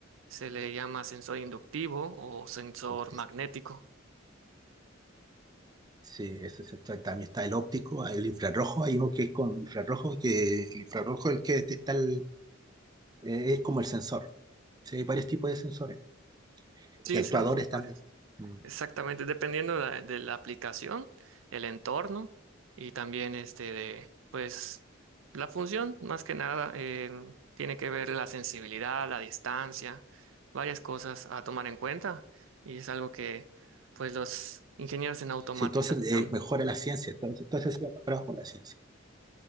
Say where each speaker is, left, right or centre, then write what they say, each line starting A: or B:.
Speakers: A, on the right; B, on the right.
A: se le llama sensor inductivo o sensor
B: los que-
A: magnético.
B: sí, ese se trata. También está el óptico, el infrarrojo, hay uno que es con infrarrojo, que el infrarrojo es el que detecta el, eh, es como el sensor. Sí, hay varios tipos de sensores
A: Sí,
B: y actuadores
A: son son varios.
B: también. Mm.
A: Exactamente, dependiendo de la, de la aplicación, el entorno y también este de, pues, la función, más que nada, eh, tiene que ver la sensibilidad, la distancia, varias cosas a tomar en cuenta y es algo que, pues, los ingenieros en automatización,
B: Sí, entonces eh, mejora la ciencia, entonces, entonces sí, ha mejorado con la ciencia.